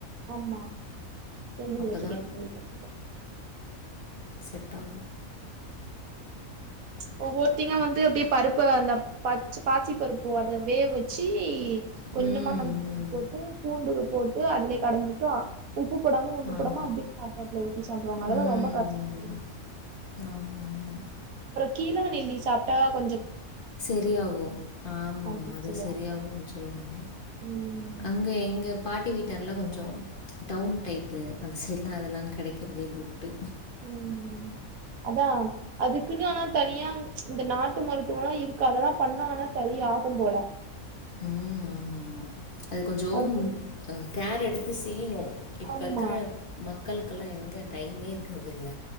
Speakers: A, on the right (about 75°); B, on the left (about 40°).
A: ஆமா கேள்விப்பட்ருக்கே
B: அப்போ
A: கேள்விப்பட்ருக்கே
B: செட்டாகும்
A: ச் ஒவ்வொருத்திங்க வந்து அப்படியே பருப்பு அந்த பச் பாசி பருப்பு அதை வேக வச்சு வச்சி
B: ம்,
A: கொஞ்சமா மஞ்சத்தூள்
B: ம்.
A: போட்டு பூண்டு போட்டு அதுலயே கடைஞ்சுட்டோ உப்பு போடாம ஒண்ணும்ப்
B: ஆமா.
A: போடாம அப்படியே சாப்பாட்டுல ஊத்தி சாப்பிடுவாங்க அதெல்லாம்
B: ம்,
A: ரொம்ப கஷ்டம்
B: ம். ஆமா, ஆமா.
A: கீழா நெல்லி சாப்பிட்டா கொஞ்சம்
B: செரியாகும் ஆமா
A: அப்டி
B: அது
A: சொல்லுவாங்க
B: சரியாகும்ன்னு சொல்லுவாங்க
A: ம்
B: அங்க எங்க பாட்டி வீட்டெல்லாம் கொஞ்சம் டவுன் டைப்பு அந்த சைடுலாம் அதெல்லாம் கிடைக்கிறதே டவுட்டு
A: உம் அதா அதுக்குன்னு ஆனா தனியா இந்த நாட்டு மருத்துவோ எல்லா இருக்கு அதெல்லா பண்ணாங்கன்னா ச சரி ஆகும் போல
B: உம் ஆமா ஆமா அது கொஞ்சோ
A: அது
B: அ கேர் எடுத்து செய்யணு இப்ப
A: ஆமா
B: இருக்கற மக்களுக்கெல்லா எங்க டைமே இருக்கறதில்ல